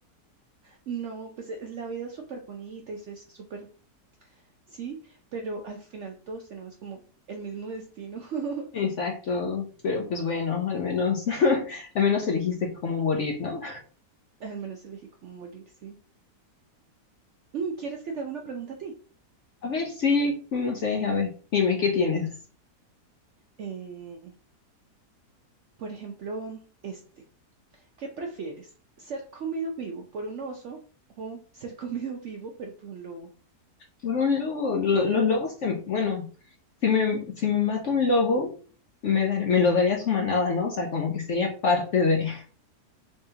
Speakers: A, on the right (about 70°); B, on the left (about 65°).
A: No, pues eh, la vida es súper bonita y es súper, sí, pero al final todos tenemos como el mismo destino. <laughs>
B: Exacto, pero pues bueno, al menos, <laughs> al menos elegiste cómo morir, ¿no?
A: Al menos elegí como morir, sí. Mm, ¿Quieres que te haga una pregunta a ti?
B: A ver, sí, no sé, a ver, dime, ¿qué tienes?
A: Eh, por ejemplo, este, ¿qué prefieres? ¿Ser comido vivo por un oso o ser <laughs> comido vivo pero por un lobo?
B: Por un lobo, lo- los lobos te, bueno, si me, si me mata un lobo, me, dar- me lo daría a su manada, ¿no? O sea, como que sería parte de...